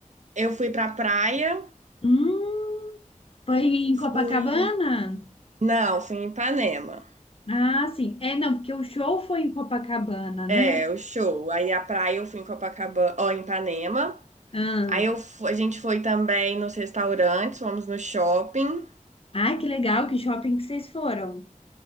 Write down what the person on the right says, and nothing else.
Eu fui pra praia,
fui.
Não, fui em Ipanema.
É, o show. Aí a praia eu fui em Copacabana, ó, em Ipanema.
Aí eu, fu- a gente foi também nos restaurantes, fomos no shopping.